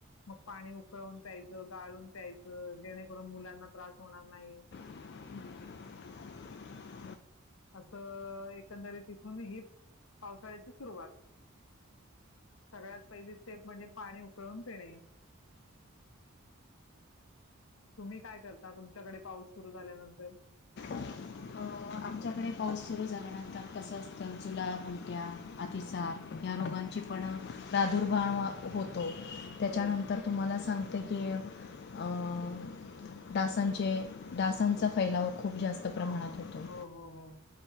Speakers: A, on the left; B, on the left.
A: मग पाणी उकळून प्यायचं, गाळून प्यायचं जेणेकरून मुलांना त्रास होणार नाही.
B: <inaudible>
A: असं एकंदरी तिथून ही पावसाळ्याची सुरुवात सगळ्यात पहिली स्टेप म्हणजे पाणी उकळवून पिणे. तुम्ही काय करता तुमच्याकडे पाऊस सुरू झाल्यानंतर
B: हो. आमच्याकडे पाऊस सुरू झाल्यानंतर कसं असतं जुलाब, उलट्या, आतिसार या रोगांचा पण प्रादुर्भाव होतो. त्याच्यानंतर
A: बरोबर.
B: तुम्हाला सांगते की, अ अ डासांचे डासांचा फैलाव खूप जास्त
A: हो
B: प्रमाणात
A: हो
B: होतो
A: हो हो हो हो